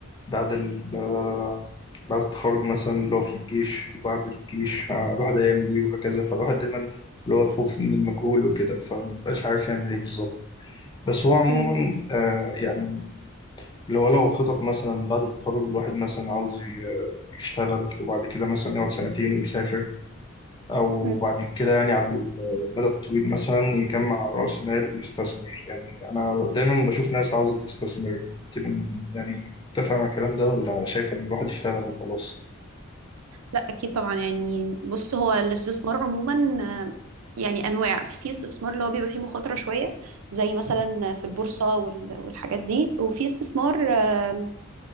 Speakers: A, on the left; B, on the right.
A: بعد ال آه، بعد التخرج مثلا اللي هو في الجيش وبعد الجيش آه، الواحد هيعمل إيه وهكذا فالواحد دايما اللي هو الخوف من المجهول وكده فمبقاش عارف يعمل إيه بالظبط بس هو عموما
B: مم.
A: آه، يعني لو لو خطط مثلا بعد التخرج الواحد مثلا عاوز ي- آه، يشتغل وبعد كده مثلا يقعد سنتين ويسافر أو
B: مم.
A: بعد كده يعني على المدى الطويل مثلا يجمع رأس مال ويستثمر يعني أنا دايما بشوف ناس عاوزة تستثمر تبقى يعني متفق مع الكلام ده ولا شايف إن الواحد يشتغل وخلاص
B: لا اكيد طبعا يعني بص هو الاستثمار عموما آه، يعني انواع في استثمار اللي هو بيبقى فيه مخاطره شويه زي مثلا في البورصه وال- والحاجات دي وفي استثمار آه،